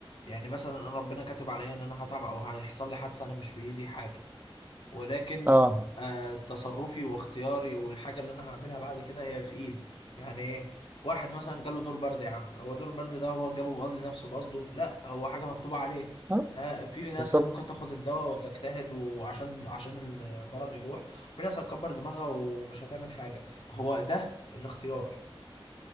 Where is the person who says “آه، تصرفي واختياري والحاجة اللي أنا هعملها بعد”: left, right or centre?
Left